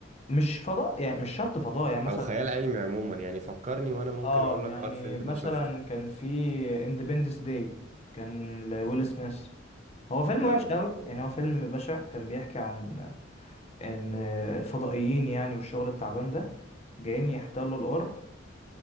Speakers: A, on the left (about 35°); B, on the right (about 35°).
A: مش فضاء يعني مش شرط فضاء يعني مثلا
B: او خيال علمي عموما يعني فكرني وانا ممكن
A: اه
B: اقول
A: يعني
B: لك اه الفيلم
A: مثلا
B: ده شفته
A: كان في اندبندس داي كان لويل سميث هو فيلم
B: لا
A: وحش
B: ما
A: قوي
B: شفتوش
A: يعني هو فيلم بشع كان بيحكي عن ان الفضائيين يعني والشغل التعبان ده جايين يحتلوا الارض